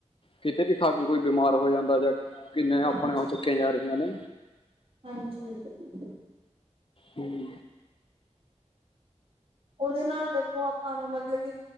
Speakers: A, on the left; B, on the right.
A: ਕਿਤੇ ਵੀ ਖਾ ਕੇ ਕੋਈ ਬਿਮਾਰ ਹੋ ਜਾਂਦਾ ਜਾਂ। ਕਿੰਨੇ
B: ਹਾਂਜੀ,
A: ਆਪਣੇ ਉਹ ਚੱਕੀਆਂ ਜਾ ਰਹੀਆਂ ਨੇ।
B: ਹਾਂਜੀ।
A: ਹਮ।
B: ਉਹਦੇ ਨਾਲ ਦੇਖੋ ਆਪਾਂ ਨੂੰ ਮਤਲਬ ਕਿ